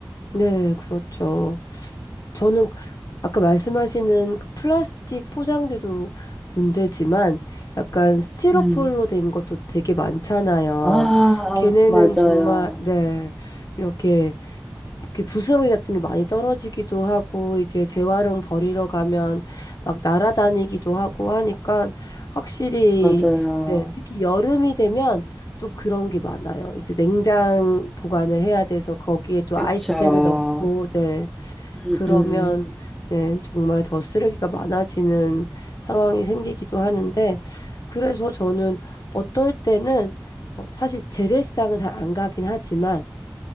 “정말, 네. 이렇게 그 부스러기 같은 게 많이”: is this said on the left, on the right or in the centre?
Left